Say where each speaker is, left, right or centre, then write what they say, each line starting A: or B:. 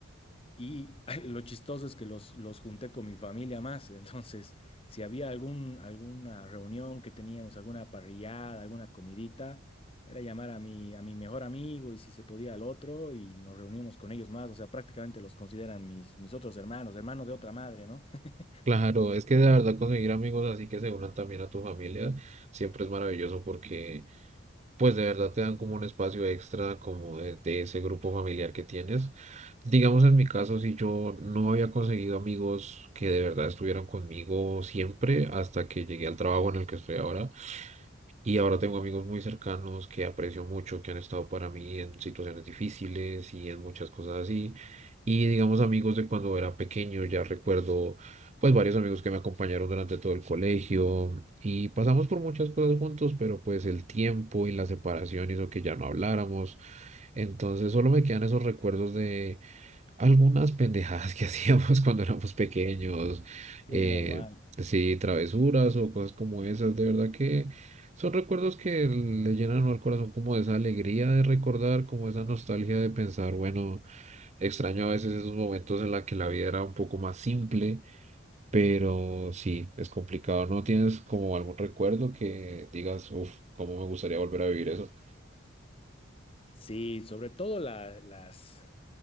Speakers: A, on the left; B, on the right.
A: Y <laughs> lo chistoso es que los, los junté con mi familia más. Entonces, si había algún, alguna reunión que teníamos, alguna parrillada, alguna comidita, era llamar a mi, a mi mejor amigo y si se podía al otro y nos reuníamos con ellos más. O sea, prácticamente los consideran mis, mis otros hermanos, hermanos de otra madre, ¿no? <laughs>
B: Claro, es que de verdad conseguir amigos así que se unan también a tu familia siempre es maravilloso porque pues de verdad te dan como un espacio extra como de, de ese grupo familiar que tienes. Digamos en mi caso, si yo no había conseguido amigos que de verdad estuvieran conmigo siempre hasta que llegué al trabajo en el que estoy ahora, y ahora tengo amigos muy cercanos que aprecio mucho, que han estado para mí en situaciones difíciles y en muchas cosas así. Y digamos amigos de cuando era pequeño, ya recuerdo pues varios amigos que me acompañaron durante todo el colegio y pasamos por muchas cosas juntos, pero pues el tiempo y la separación hizo que ya no habláramos. Entonces solo me quedan esos recuerdos de algunas pendejadas que <laughs> hacíamos cuando éramos pequeños, eh,
A: Sí, normal.
B: sí, travesuras o cosas como esas, de verdad que son recuerdos que le llenan al corazón como esa alegría de recordar, como esa nostalgia de pensar, bueno, extraño a veces esos momentos en los que la vida era un poco más simple, pero sí, es complicado, ¿no tienes como algún recuerdo que digas, uff, cómo me gustaría volver a vivir eso?
A: Sí, sobre todo la- las...